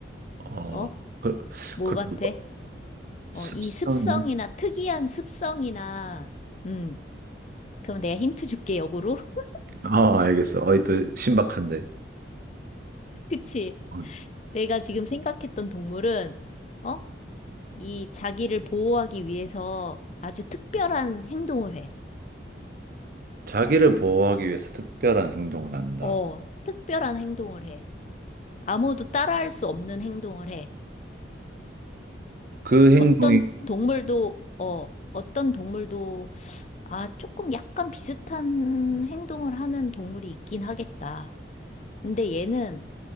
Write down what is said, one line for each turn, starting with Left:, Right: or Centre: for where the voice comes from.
Right: 어
Left: 어?
Right: 그,
Left: 뭘
Right: 그런
Left: 같아?
Right: 거 습성이요?
Left: 어, 이 습성이나, 특이한 습성이나, 음, 그럼 내가 힌트 줄게, 역으로. <laughs>
Right: 아 알겠어 어이 또 신박한데
Left: 그치?
Right: 어.
Left: 내가 지금 생각했던 동물은, 어? 이 자기를 보호하기 위해서 아주 특별한 행동을 해.
Right: 자기를 보호하기 위해서 특별한 행동을 한다
Left: 어, 특별한 행동을 해. 아무도 따라할 수 없는 행동을 해.
Right: 그 행동이
Left: 어떤 동물도, 어, 어떤 동물도, 아, 조금 약간 비슷한 행동을 하는 동물이 있긴 하겠다. 근데 얘는